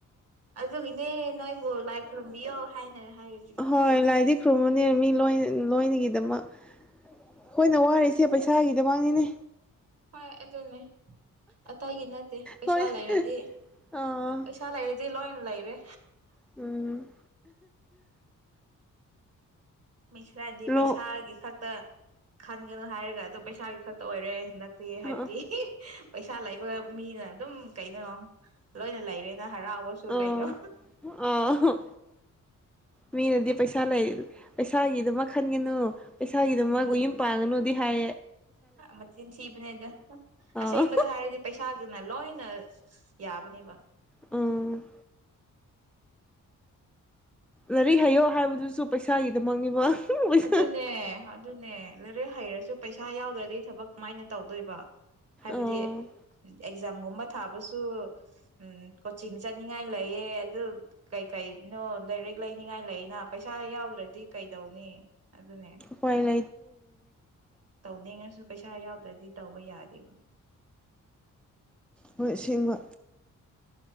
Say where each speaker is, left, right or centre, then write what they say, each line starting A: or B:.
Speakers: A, on the right; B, in the centre.
A: ꯑꯗꯨꯗ ꯏꯅꯦ ꯅꯣꯏꯕꯨꯣ ꯂꯥꯏꯈꯔꯝꯕꯤ ꯑꯣ ꯍꯥꯏꯅꯦ ꯍꯥꯏꯔ
B: ꯍꯣꯏ ꯂꯥꯏꯗꯤ
A: ꯂ
B: ꯈꯨꯔꯨꯝꯕꯅꯦ ꯃꯤ ꯂꯣꯏ ꯂꯣꯏꯅꯒꯤꯗꯃꯛ ꯍꯣꯏꯅ ꯋꯥꯔꯤꯔꯤꯁꯦ ꯄꯩꯁꯥꯒꯤꯗꯃꯛꯅꯤꯅꯦ
A: ꯍꯣꯏ ꯑꯗꯨꯅꯦ ꯑꯇꯩꯒꯤ ꯅꯠꯇꯦ ꯄꯩꯁꯥ
B: ꯍꯣꯏ
A: ꯂꯩꯔꯗꯤ
B: ꯑꯥ
A: ꯄꯩꯁꯥ ꯂꯩꯔꯗꯤ ꯂꯣꯏ ꯏ ꯂꯥꯏꯔꯦ
B: ꯎꯝ
A: ꯃꯤꯩ ꯈꯔꯗꯤ
B: ꯂꯣ
A: ꯄꯩꯁꯥꯒꯤ ꯈꯛꯇ ꯈꯟꯒꯅꯨ ꯍꯥꯏꯔꯒ ꯑꯗꯣ ꯄꯩꯁꯥꯒꯤ ꯈꯛꯇ ꯑꯣꯏꯔꯦ ꯍꯟꯗꯛ ꯦ
B: ꯑꯥ
A: ꯍꯥꯏꯕꯗꯤ ꯄꯩꯁꯥ ꯂꯩꯕ ꯃꯤꯅ ꯑꯗꯨꯝ ꯀꯩꯅꯩꯅꯣ ꯂꯣꯏꯅ ꯂꯩꯔꯦ ꯍꯔꯥꯎꯁꯨꯨ
B: ꯑꯥ ꯑꯥ
A: ꯀꯥꯏꯅꯣ
B: ꯃꯤꯅꯗꯤ ꯄꯩꯁꯥ ꯂꯩ ꯄꯩꯁꯥꯒꯤꯗꯨꯃ ꯈꯟꯒꯅꯨ ꯏꯁꯥꯒꯤꯗ
A: ꯎꯝ
B: ꯃꯥꯒ ꯌꯨꯝ ꯄꯥꯡꯉꯅꯨꯗꯤ ꯍꯥꯏ
A: ꯃꯆꯤꯟ ꯊꯤꯕꯅꯦꯗ
B: ꯑꯥ
A: ꯑꯁꯦꯡꯕꯗ ꯍꯥꯏꯔꯗꯤ ꯄꯩꯁꯥꯁꯤꯅ ꯂꯣꯏꯅ ꯌꯥꯕꯅꯦꯕ
B: ꯑꯝ ꯂꯥꯏꯔꯤꯛ ꯍꯥꯏꯌꯣ ꯍꯥꯏꯕꯗꯨꯁꯨ ꯄꯩꯁꯥꯒꯤꯗꯃꯛꯅꯤꯕ ꯄꯩꯁꯥ
A: ꯑꯗꯨꯅꯦ ꯑꯗꯨꯅꯦ ꯂꯔꯦ ꯍꯩꯔꯁꯨ ꯄꯩꯁꯥ ꯌꯥꯎꯗ꯭ꯔꯗꯤ ꯊꯕꯛ ꯃꯥꯏꯅ ꯇꯧꯗꯣꯏꯕ ꯍꯥꯏꯕꯗꯤ
B: ꯑꯥ
A: ꯑꯦꯛꯖꯥꯝꯒꯨꯝꯕ ꯊꯥꯕꯁꯨ ꯎꯝ ꯀꯣꯆꯤꯡ ꯆꯠꯅꯤꯡꯉꯥꯏ ꯂꯩꯑ ꯑꯗꯨ ꯀꯩ ꯀꯩꯅꯣ ꯂꯥꯏꯔꯤꯛ ꯂꯩꯅꯤꯡꯉꯥꯏ ꯂꯩꯅ ꯄꯩꯁꯥ ꯏꯁꯥ ꯌꯥꯎꯗ꯭ꯔꯗꯤ ꯀꯩꯗꯧꯅꯤ ꯑꯗꯨꯅꯦ
B: ꯄꯥꯏ ꯂꯩꯠꯇ
A: ꯇꯧꯗꯉꯁꯨ ꯄꯩꯁꯥ ꯌꯥꯎꯗ꯭ꯔꯗꯤ ꯇꯧꯕ ꯌꯥꯗꯔꯤꯕ
B: ꯍꯣꯏ ꯁꯦꯡꯕ